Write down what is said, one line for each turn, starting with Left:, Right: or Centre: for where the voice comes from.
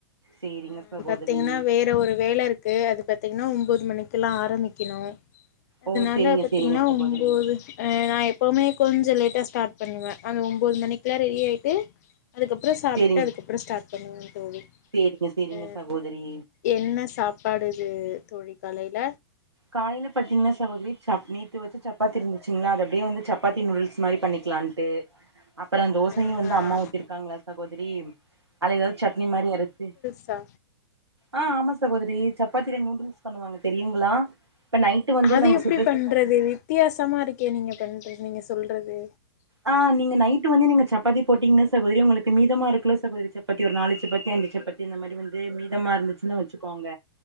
Right: சேரிங்க
Left: அஹ்
Right: சகோதரி
Left: பத்தீங்கனா வேற ஒரு வேல இருக்கு அது பத்தீங்கனா ஒம்போது மணிக்குலா ஆரம்பிக்கணு அதனால
Right: ஓ சேரிங்க
Left: பாத்தீங்கன்னா
Right: சேரிங்க சகோதரி
Left: ஒம்போது அ நா எப்போவுமே கொஞ்சோ லேட்டா ஸ்டார்ட் பண்ணுவ அந்த ஒம்போது மணிக்கெலா ரெடி ஆகிட்டு அதுக்கப்பறோ சாப்டுட்டு
Right: சேரிங்க
Left: அதுக்கப்பறோ ஸ்டார்ட் பண்ணுவ தோழி
Right: சேரிங்க சேரிங்க
Left: ஆ
Right: சகோதரி
Left: என்ன சாப்பாடுது தோழி காலையில
Right: காலையில பாத்தீங்கன்ன சகோதரி சப் நேத்து வச்ச சப்பாத்தி இருந்துச்சுங்களா அது அப்டியே வந்து சப்பாத்தி நூடுல்ஸ் மாரி பண்ணிக்கலானு ட்டு அப்பறோ தோசையு
Left: ஆ
Right: வந்து
Left: ஆ
Right: அம்மா ஊத்திருக்காங்களா சகோதரி அதுல எதாவது சட்னி மாரி அரச்சு
Left: சா
Right: ஆ ஆமா சகோதரி சப்பாத்தில நூடுல்ஸ் பண்ணுவாங்க தெரியுங்களா இப்ப நைட் ட்டு வந்து
Left: அது
Right: நம்ம
Left: எப்படி
Right: சுட்ட
Left: பண்றது
Right: சப்பாத்தி
Left: வித்தியாசமா இருக்கே நீங்க பண்றது நீங்க சொல்றது
Right: ஆ நீங்க நைட்டு வந்து நீங்க சப்பாத்தி போட்டீங்கன்னா சகோதரி உங்களுக்கு மீதமா இருக்குல்ல சகோதரி சப்பாத்தி ஒரு நாலு சப்பாத்தி அஞ்சு சப்பாத்தி இந்த மாரி வந்து மீதமா இருந்துச்சுன்னு வச்சுக்கோங்க